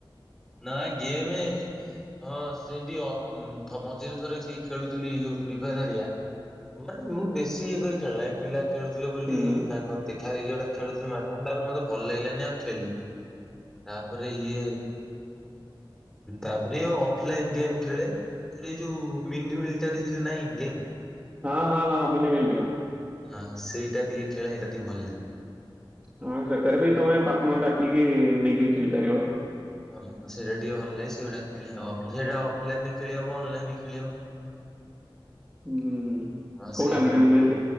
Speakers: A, in the centre; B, on the right (about 15°).
A: ନା ଗେମେ ହଁ ସେମତି ମଝିରେ ଥରେ ସେଇ ଖେଳୁଥିଲି ପ୍ରିଫରିଆ। ମାନେ ମୁଁ ବେଶୀ ଇଏ କରି ଖେଳ ନାହିଁ। ପିଲା ଖେଳୁଥିଲେ ବୋଲି
B: ହୁଁ ହୁଁ।
A: ତାଙ୍କ ଦେଖା ଦେଖି ଗୋଟେ ଖେଳୁଥିଲେ ମାସେ ତାପରେ ମତେ ଭଲ ଲାଗିଲାନି ଆଉ ଖେଳିଲିନି। ତାପରେ ଇଏ ତାପରେ ଇଏ ଅଫଲାଇନ୍ ଗେମ୍ ଖେଳେ। ଇ ଯୋଉ ମିନି ମଟାରୀ ଯୋଉ ନାଇଁ ଗେମ୍।
B: ହଁ ହଁ ହଁ ମିନି ମେଲ ଟିକା।
A: ହଁ ସେଇଟା ଟିକେ ଖେଳେ। ଏଇଟା ଟିକେ ଭଲ ଲାଗେ।
B: ହଁ ସେଥିରେ ବି ତମେ ପାର୍ଟନର ଡାକିକି ନେଇକି ଖେଳି ପାରିବ।
A: ହଁ ସେଇଟା ଟିକେ ଭଲ ଲାଗେ। ସେଇଗୁଡା ଖେଳେ ଆଉ। ସେଇଟା ଅଫଲାଇନ୍ ଖେଳି ହବ। ଅନଲାଇନ୍ ଖେଳି ହବ।
B: ହୁଁ ହୁଁ
A: ହଁ
B: କୋଉଟା
A: ସେଇଗୁଡା
B: ମିନିମିନି
A: ଖେଳେ